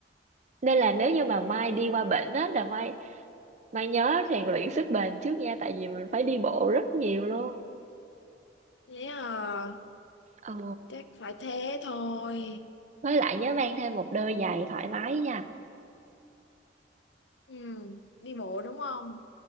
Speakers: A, on the right (about 40°); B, on the left (about 85°).
A: nên là nếu như mà
B: à
A: Mai đi qua bển á là Mai Mai nhớ rèn luyện sức bền trước nha tại vì mình phải đi bộ rất nhiều luôn
B: thế à
A: ờ,
B: chắc phải thế thôi
A: với lại nhớ mang thêm một đôi giày thoải mái nha
B: ừ, đi bộ đúng không